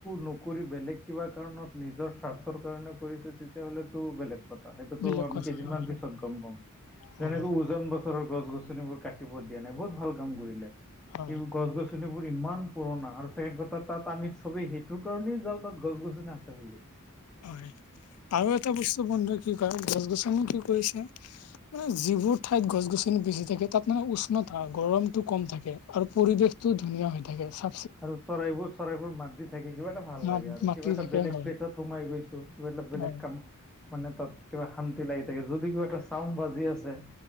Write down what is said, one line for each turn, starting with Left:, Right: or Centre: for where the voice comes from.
Centre: নকৰি বেলেগ কিবা কাৰণত নিজৰ স্বাৰ্থৰ কাৰণে কৰিছে তে তেতিয়াহ'লেটো বেলেগ। কথা সেইটোতো
Left: বেলেগ
Centre: আমি
Left: কথা
Centre: কেইদিনমান
Left: নহয়
Centre: পিছত গম পাম,
Left: হয়
Centre: যেনেকৈ উজান বজাৰৰ গছ গছনিবোৰ। কাটিব দিয়া নাই, বহুত ভাল কাম কৰিলে,
Left: হয়
Centre: গছ গছ গছনিবোৰ ইমান পুৰণা, আৰু চাগে তাত তাত আমি চবেই সেইটোৰ কাৰণেই যাওঁ তাত গছ গছনি আছে বুলি। <unintelligible>
Left: হয়, আৰু এটা বস্তু বন্ধু কি কয় গছ গছনি কি কৰিছে এ যিবোৰ ঠাইত গছ গছনি বেছি থাকে তাত মানে উষ্ণতা, গৰমটো কম থাকে আৰু পৰিৱেশ টো ধুনীয়া হৈ থাকে, চা
Centre: আৰু চৰাইবোৰ-চৰাইবোৰ মাত দি থাকি কিবা এটা ভাল
Left: মা
Centre: লাগে আৰু
Left: মাটি
Centre: কিবা এটা
Left: থাকে
Centre: বেলেগ
Left: হয়
Centre: প্লেছত সোমাই গৈছো কিবা এটা বেলেগ
Left: হয়
Centre: কাম মানে, তাত কিবা শান্তি লাগি থাকে যদি কিবা এটা চাউণ্ড বাজি আছে